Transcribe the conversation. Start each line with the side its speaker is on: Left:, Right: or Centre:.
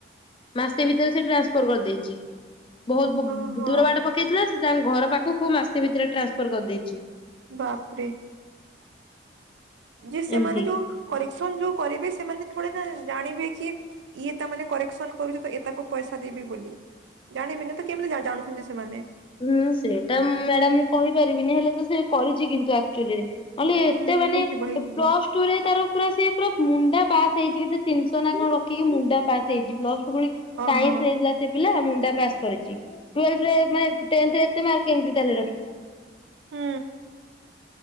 Left: ମାସେ ଭିତରେ ସେ ଟ୍ରାନ୍ସଫର କରିଦେଇଛି ବହୁତ୍
Right: ଓହୋ
Left: ଦୂର ବାଟ ପକେଇଥିଲା। ତାଙ୍କ ଘର ପାଖକୁ ମାସେ ଭିତରେ ଟ୍ରାନ୍ସଫର କରିଦେଇଛି।
Right: ବାପରେ। ଯେ ସେମାନେ
Left: ଏମିତି।
Right: ଯୋଉ କରେକ୍ସନ ଯୋଉ କରିବେ ସେମାନେ ଥଡ଼ିନା ଜାଣିବେ କି ଇଏ ତାମାନେ କରେକ୍ସନ କରୁଚି ତ ଇଏ ତାକୁ ପଇସା ଦେବି ବୋଲି। ଜାନିବେନା ତ କେମିତି ଜା ଜାଣୁଛନ୍ତି ସେମାନେ?
Left: ହୁଁ ସେଇଟା ମ୍ୟାଡାମ ମୁଁ କହିପାରିବିନି ହେଲେ ତ ସେ କରିଛି କିନ୍ତୁ ଆକ୍ଚୁଆଲିରେ। ନହଲେ
Right: ହୁଁ
Left: ଏତେ
Right: ହୁଁ ହୁଁ
Left: ମାନେ
Right: ହେଇଥିବ ହେଇଥିବ
Left: ପ୍ଲସ୍ ଟୁରେ ତାର ପୁରା ସେ ପୁରା ମୁଣ୍ଡା ପାସ୍ ହେଇଚି କେତେ ତିନିଶହ ନା କଣ ରଖିକି ମୁଣ୍ଡା ପାସ୍ ହେଇଛି ପ୍ଲସ୍ ଟୁ ଫୁଣି
Right: ଓହୋ
Left: ସାଇନ୍ସ ନେଇଥିଲା ସେ ପିଲା ମୁଣ୍ଡା ପାସ୍ କରିଚି ଟୁ ଏଲ୍ଥରେ ମାନେ ଟେନ୍ଥରେ ଏତେ ମାର୍କ କେମିତି ତାହେଲେ ରଖିଛି।
Right: ହୁଁ।